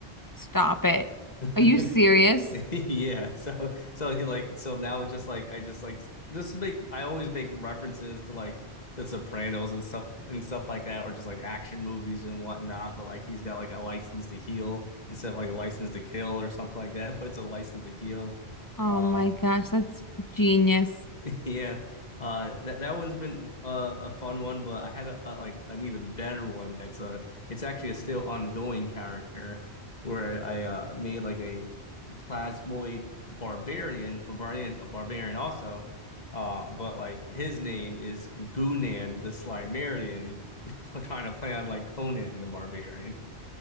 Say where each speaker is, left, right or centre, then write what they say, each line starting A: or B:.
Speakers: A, on the left (about 20°); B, on the left (about 40°).
A: Stop it.
B: <laughs>
A: Are you serious?
B: yeah. So so he like so now it's just like I just like just make I always make references to like the Sopranos and stuff and stuff like that, or just like action movies and whatnot. But like he's got like a license to heal instead of like a license to kill or something like that, <laughs> but it's a license to heal.
A: Oh
B: Um uh,
A: my gosh, that's genius.
B: <laughs> Yeah, uh, that that one's been uh, a fun one, but I had a, a like an even better one. That's uh it's actually a still ongoing character where I uh made like a plasmoid barbarian, barbarian, a barbarian also, uh, but like his name is Gunan the Slimerian, <laughs> trying to play on like Conan the Barbarian.